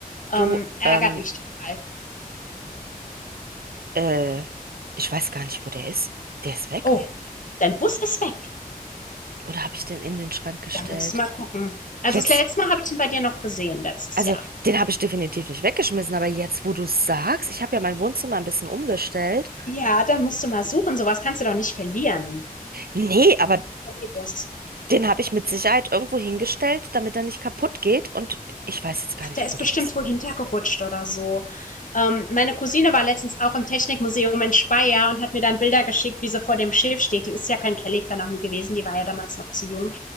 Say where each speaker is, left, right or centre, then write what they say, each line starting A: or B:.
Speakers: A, on the left; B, on the right.
A: Ähm,
B: Du,
A: ärgert
B: ähm,
A: mich total.
B: äh, ich weiß gar nicht, wo der ist. Der ist weg?
A: Oh, dein Bus ist weg.
B: Oder habe ich den in den Schrank gestellt?
A: Da musst du mal gucken. Also
B: Jetzt,
A: das letzte Mal habe ich ihn bei dir noch gesehen, letztes
B: also
A: Jahr.
B: den habe ich definitiv nicht weggeschmissen, aber jetzt, wo du es sagst, ich habe ja mein Wohnzimmer ein bisschen umgestellt.
A: Ja, dann musst du mal suchen. Sowas kannst du doch nicht verlieren.
B: Nee, aber
A: Den Bus.
B: den habe ich mit Sicherheit irgendwo hingestellt, damit er nicht kaputt geht und ich weiß jetzt gar nicht,
A: der ist
B: wo der
A: bestimmt
B: ist.
A: wo hintergerutscht oder so. Ähm, meine Cousine war letztens auch im Technikmuseum in Speyer und hat mir dann Bilder geschickt, wie sie vor dem Schiff steht. Die ist ja kein Kelly-Fan auch nie gewesen, die war ja damals noch zu jung.